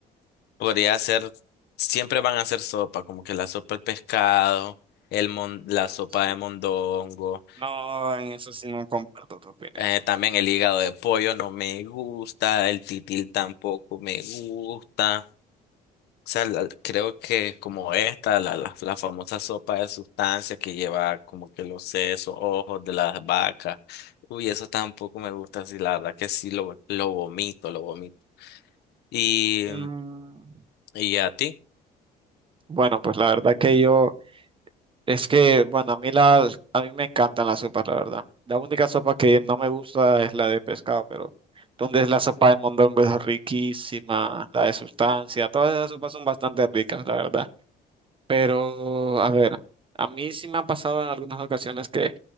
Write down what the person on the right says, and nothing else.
Así
que no, en eso sí no comparto tu opinión.
Mm.
Bueno, pues la verdad que yo, es que, bueno, a mí, la, a mí me encantan las sopas, la verdad. La única sopa que no me gusta es la de pescado, pero donde es la sopa de mondongo es riquísima, la de sustancia, todas esas sopas son bastante ricas, la verdad. Pero, a ver, a mí sí me ha pasado en algunas ocasiones que,